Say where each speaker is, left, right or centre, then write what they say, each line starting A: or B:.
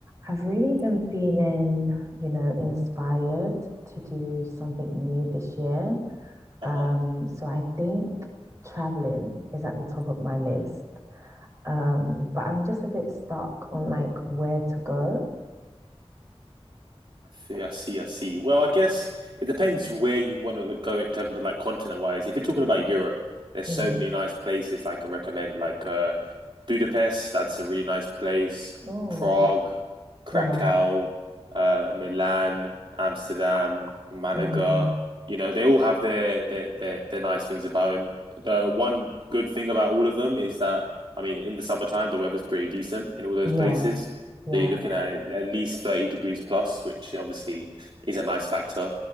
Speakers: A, on the right; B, on the right.
A: I've really been feeling, you know, inspired to do something new this year. Um,
B: Uh-huh.
A: so I think traveling is at the top of my list. Um, but I'm just a bit stuck on like where to go.
B: I see, I see, I see. Well, I guess it depends where you want to go in terms of like continent wise. If you're talking about Europe, there's
A: Mm.
B: so many nice places like, I can recommend. Like uh Budapest, that's a really nice place.
A: Oh,
B: Prague, Krakow,
A: yeah.
B: uh, Milan, Amsterdam, Malaga.
A: Mm.
B: You know, they all have their their their, their nice things about them. The one good thing about all of them is that I mean, in the summertime, the weather's pretty decent in all those
A: Yeah.
B: places.
A: Yeah.
B: So you're looking at at least 30 degrees plus, which obviously is a nice factor.